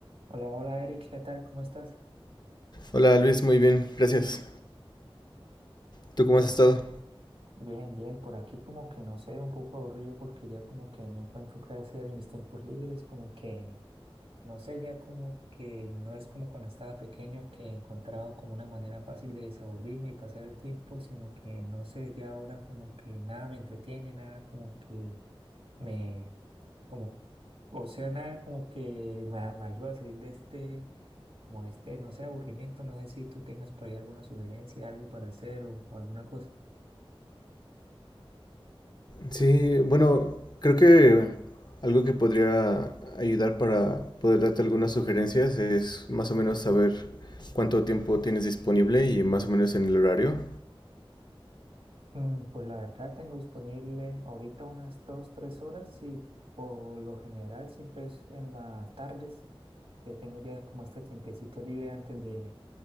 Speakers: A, on the right; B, on the left.
A: Hola, hola Eric, ¿qué tal? ¿Cómo estás?
B: Hola Luis, muy bien, gracias. ¿Tú cómo
A: Por
B: has
A: aquí,
B: estado?
A: bien, bien, por aquí como que no sé, un poco aburrido porque ya como que no encuentro qué hacer en mis tiempos libres, como que No sé, ya como que no es como cuando estaba pequeño que encontraba como una manera fácil de desaburrirme y pasar el tiempo, sino que no sé, ya ahora como que nada me entretiene, nada como que me, como. O sea, nada como que me, a- me ayuda a salir de este, como este, no sé, aburrimiento. No sé si tú tengas por ahí alguna sugerencia, algo para hacer o, o alguna cosa.
B: Sí, bueno, creo que algo que podría ayudar para poder darte algunas sugerencias es más o menos saber cuánto tiempo tienes disponible y más o menos en el horario.
A: Mm, Pues la verdad tengo disponible ahorita unas dos, tres horas y por lo general siempre es en las tardes que tengo ya como este tiempecito libre antes de,